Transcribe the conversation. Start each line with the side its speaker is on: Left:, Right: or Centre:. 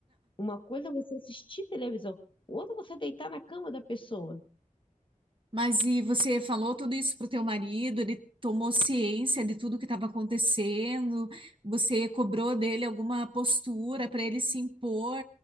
Left: Uma coisa é você assistir televisão, outra é você deitar na cama da pessoa.
Right: Mas e você falou tudo isso pro teu marido? Ele tomou ciência de tudo que estava acontecendo? Você cobrou dele alguma postura para ele se impor